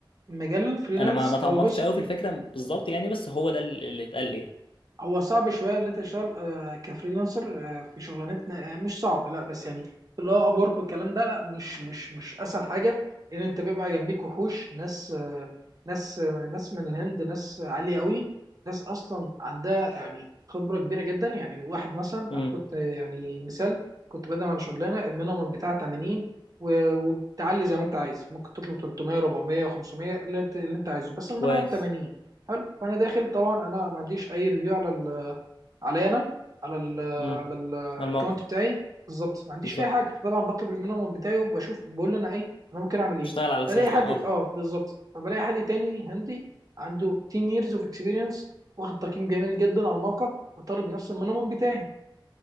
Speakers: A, on the right; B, on the left.
A: مجال الفريلانس
B: انا ما ما تعمقتش
A: هو بص
B: قوي في الفكره بالظبط يعني بس هو ده اللي اللي اتقال لي يعني
A: هو صعب شويه ان انت تشتغل آه، كفريلانسر آه، في شغلانتنا آه، مش صعب لا بس يعني اللي هو اب ورك والكلام ده لا مش مش مش اسهل حاجه لان انت بيبقى جنبيك وحوش ناس آه، ناس آه، ناس من الهند ناس عاليه قوي ناس اصلا عندها يعني خبره كبيره جدا يعني واحد مثلا
B: امم
A: انا كنت آه، يعني مثال كنت بقدم على شغلانه المينيمم بتاعها 80 و- وبتعلي زي ما انت عايز ممكن تطلب 300 400 500 اللي انت اللي انت عايزه بس المينيمم
B: كويس
A: 80 حلو فانا داخل طبعا انا ما عنديش اي ريفيو على ال علي انا على ال
B: امم
A: على الاكونت
B: على الموقع
A: بتاعي بالظبط ما عنديش
B: بالظبط
A: اي حاجه فطبعا بطلب المينيمم بتاعي وبشوف بقول له انا ايه انا ممكن اعمل ايه
B: تشتغل على الاساس
A: بلاقي
B: ده
A: حد
B: اه
A: اه بالظبط فبلاقي حد تاني هندي عنده 10 years of experience واخد تقييم جميل جدا على الموقع وطالب نفس المينيمم بتاعي